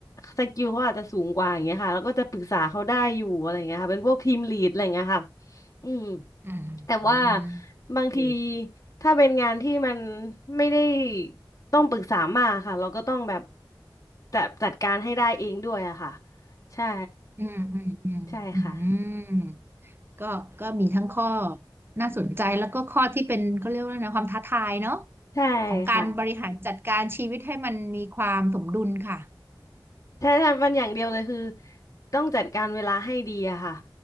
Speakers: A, on the left; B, on the right.
A: สกิลเขาอาจจะสูงกว่าอย่างเงี้ยค่ะแล้วก็จะปรึกษาเขาได้อยู่อะไรเงี้ยค่ะเป็นพวกทีมลีดอะไรเงี้ยค่ะอืม
B: อืมอืมโอเค
A: แต่ว่าบางทีถ้าเป็นงานที่มันไม่ได้ต้องปรึกษามากค่ะเราก็ต้องแบบจัดจัดการให้ได้เองด้วยอะค่ะใช่
B: อืมอืมอืมอื
A: ใช่ค่ะ
B: มก็ก็มีทั้งข้อน่าสนใจแล้วก็ข้อที่เป็นเขาเรียกว่าอะไรนะความท้าทายเนาะ
A: ใช่ค่ะ
B: ของการบริหารจัดการชีวิตให้มันมีความสมดุลค่ะ
A: ใช่ใช่มันอย่างเดียวเลยคือต้องจัดการเวลาให้ดีอะค่ะ